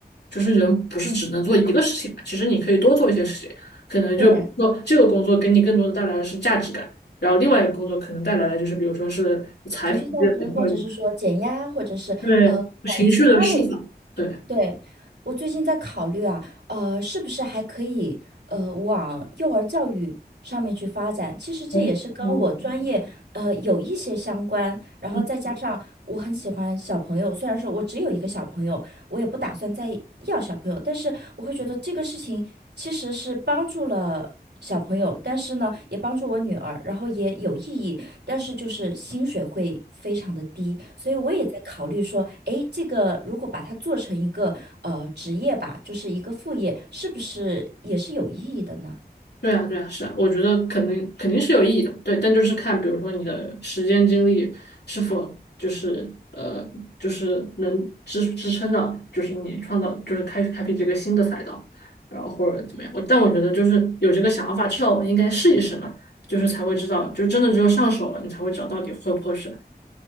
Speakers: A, on the left (about 80°); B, on the right (about 85°).
A: 就是人不是只能做一个事情嘛，其实你可以多做一些事情，可能就比如说这个工作给你更多的带来的是价值感，
B: 对，
A: 然后另外一个工作可能带来的就是比如说是财富积累或者
B: 情绪价值，或者是说减压，或者是呃，
A: 对情绪的释放，
B: 从其他类。
A: 对，
B: 对，我最近在考虑啊，呃，是不是还可以呃往幼儿教育上面去发展？其实这也是跟我专业呃有一些相关，
A: 哦，嗯，
B: 然后再加上我很喜欢小朋友，
A: 嗯，
B: 虽然说我只有一个小朋友，我也不打算再要小朋友，但是我会觉得这个事情其实是帮助了小朋友，但是呢，也帮助我女儿，然后也有意义，但是就是薪水会非常的低，所以我也在考虑说，诶，这个如果把它做成一个呃职业吧，就是一个副业，是不是也是有意义的呢？
A: 对啊，对啊，是啊，我觉得肯定肯定是有意义的，对，但就是看，比如说你的时间精力是否就是呃，就是能支支撑到，就是你创造，就是开开辟这个新的赛道，然后或者怎么样。我但我觉得就是有这个想法，至少我们应该试一试嘛，就是才会知道，就真的只有上手了，你才会知道到底合不合适。